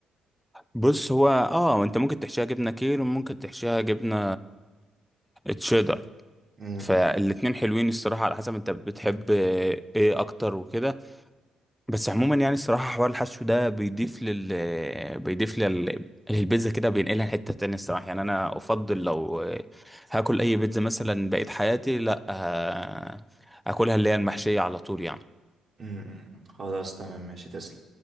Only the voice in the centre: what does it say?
بص هو اه انت ممكن تحشيها جبنة كير وممكن تحشيها جبنة تشيدر
فالاتنين حلوين الصراحة على حسب انت بتحب ايه اكتر وكده بس عموما يعني الصراحة حوار الحشو ده بيضيف لل بيضيف لل البيتزا كده بينقلها لحتة تانية الصراحة يعني أنا أفضل لو هاكل أي بيتزا مثلا بقيت حياتي لأ آه، أكلها اللي هي المحشية على طول يعني